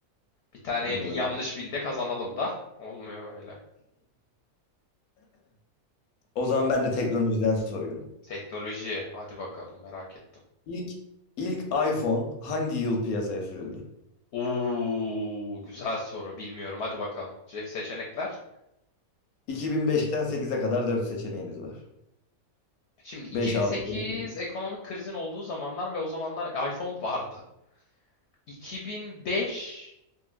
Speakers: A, on the left; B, on the left.
A: Bir taneye
B: Bunu
A: bir
B: da
A: yanlış
B: bil.
A: bildi kazanalım da. Olmuyor böyle.
B: O zaman
A: Ha,
B: ben de teknolojiden soruyorum.
A: Teknoloji. Hadi bakalım merak ettim.
B: İlk ilk iPhone hangi yıl piyasaya sürüldü?
A: Oo, güzel soru. Bilmiyorum. Hadi bakalım. Ce- Seçenekler.
B: 2005'ten 8'e kadar 4 seçeneğimiz var.
A: Şimdi 2008
B: 5 6 7.
A: ekonomik krizin olduğu zamanlar ve o zamanlar iPhone vardı. 2005